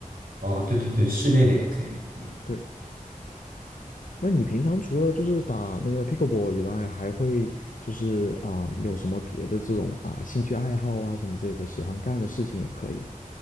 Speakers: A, on the right (about 85°); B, on the left (about 70°).
A: 哦，对对对，室内的也可以哦。嗯，
B: 对，那你平常除了就是打那个 pickleball 以外，还会就是啊、有什么别的这种啊兴趣爱好啊什么之类的，喜欢干的事情也可以。